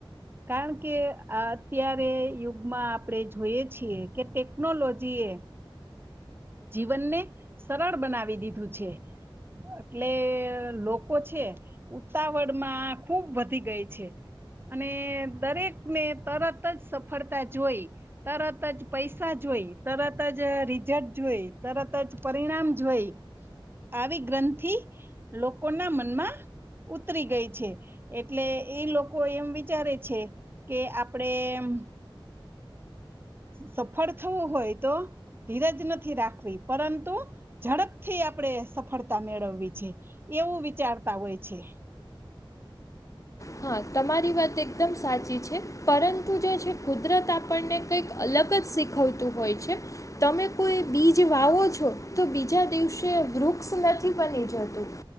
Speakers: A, on the right; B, on the left.
A: કારણ કે અત્યારે યુગમાં આપડે જોઈએ છીએ કે ટેકનોલોજીએ જીવનને, સરળ બનાવી દીધું છે. એટલે લોકો છે, ઉતાવળ માં ખુબ વધી ગઈ છે. અને દરેકને તરત જ સફળતા જોઈ તરત જ પૈસા જોઈ, તરત જ રિઝર જોઈ, તરત જ પરિણામ જોઈ આવી ગ્રંથી લોકો ના મનમાં ઉતરી ગઈ છે, એટલે એ લોકો એમ વિચારે છે કે આપડે મ સફળ થવું હોય તો ધીરજ નથી રાખવી, પરંતુ ઝડપથી આપડે સફળતા મેળવવી છે, એવું વિચારતા હોય છે.
B: હા, તમારી વાત એકદમ સાચી છે. પરંતુ જે છે, કુદરત આપણને કંઈક અલગ જ શીખવતું હોય છે. તમે કોઈ બીજ વાવો છો તો બીજા દિવસે વૃક્ષ નથી બની જતું.